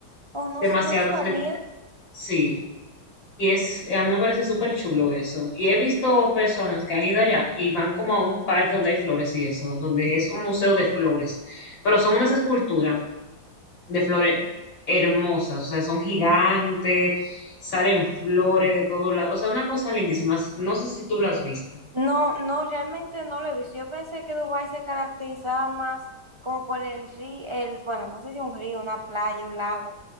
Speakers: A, on the right; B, on the left.
A: Oh, no,
B: Demasiado,
A: no sabía.
B: de- sí. Y es, a mí me parece súper chulo eso. Y he visto personas que han ido allá y van como a un parque donde hay flores y eso, donde es un museo de flores. Pero son unas esculturas de flores hermosas, o sea, son gigantes, salen flores de todos lados, o sea, una cosa lindísima, no sé si tú las has visto.
A: No, no, realmente no lo he visto. Yo pensé que Dubái se caracterizaba más como por el río, el, bueno, no sé si un río, una playa, un lago,